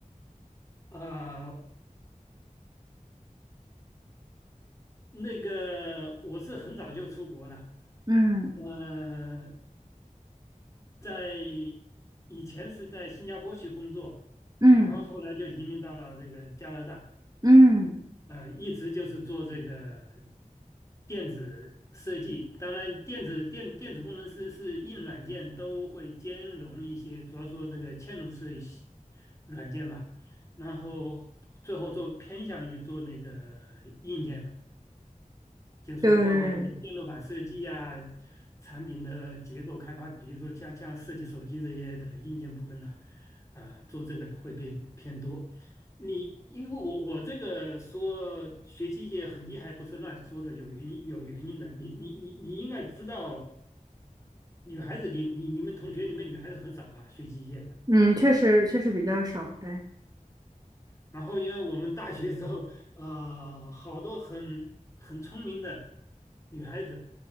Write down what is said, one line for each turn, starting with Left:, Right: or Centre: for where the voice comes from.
Left: <laughs> 啊、那个我是很早就出国了，
Right: 嗯
Left: 呃，在以前是在新加坡去工作，
Right: 嗯
Left: 然后后来就移民到了这个加拿大，
Right: 嗯，
Left: 呃，一直就是做这个电子设计。当然，电子电电子工程师是硬软件都会兼容一些，主要说那个嵌入式系软件嘛，然后最后做偏向于做那个硬件了。就是包括这个电路板设计呀、
Right: 对，
Left: 产品的结构开发，比如说像像设计手机这些的硬件部分呢，呃，做这个会变偏多。你因为我我这个说学机械很厉害，不是乱说的，有原因有原因的。你你你你应该知道，女孩子你你你们同学里面女孩子很少吧，学机械的。
Right: 嗯，确实确实比较少，对。
Left: 然后因为我们大学时候，呃，好多很很聪明的女孩子。